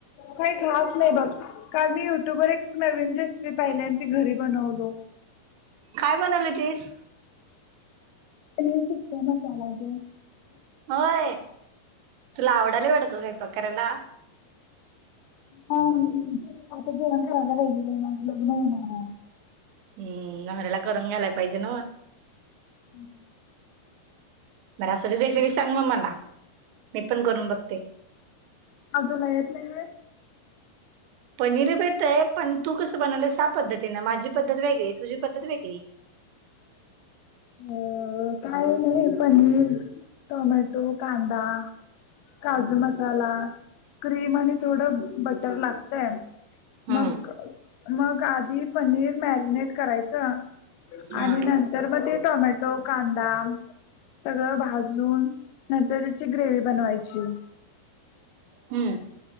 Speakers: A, on the left; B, on the right.
A: काही खास नाही बघ, काल मी युट्यूब वर एक नवीन रेसिपी पाहिली आणि ती घरी बनवलो
B: काय बनवली होतीस
A: पनीर टिक्का मसाला गं
B: होय तुला आवडालय वाटत स्वयंपाक करायला
A: हा आता जेवण करायला पाहिजे माझं लग्न होणार हाय.
B: हम्म नवऱ्याला करून घालायला पाहिजे नव्हं.
A: हम्म
B: बर असूदे रेसिपी सांग ना मला मी पण करून बघते.
A: का तुला येत नाही व्हयं
B: पनीर बी येतंय, पण तू कसं बनवलंय त्या पद्धतीनं, माझी पद्धत वेगळी तुझी पद्धत वेगळी.
A: अ काय नाही पनीर, टोमॅटो, कांदा काजू मसाला क्रीम आणि थोडं बटर लागतंय
B: हम्म
A: मग मग आधी पनीर मॅरिनेट करायचं
B: हा
A: आणि नंतर मग ते टोमॅटो, कांदा सगळं भाजून नंतर त्यांची ग्रेव्ही बनवायची
B: ह